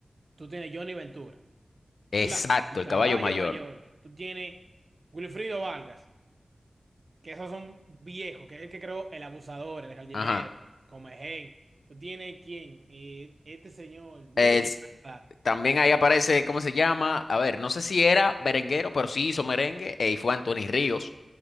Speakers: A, on the right; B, on the left.
A: Tú tienes Johnny Ventura.
B: Exacto,
A: ¿verdad? El
B: el
A: caballo
B: caballo mayor.
A: mayor. Tú tienes Wilfrido Vargas, que esos son viejos, que es el que creó El Abusador, El Jardinero,
B: Ajá.
A: Comején. Tú tienes quién, Eh, este señor, Mili
B: Es-
A: Quesada,
B: también
A: por ejemplo.
B: ahí aparece, ¿cómo se llama? A ver, no sé si era merenguero, pero sí hizo merengue eh, y fue Anthony Ríos.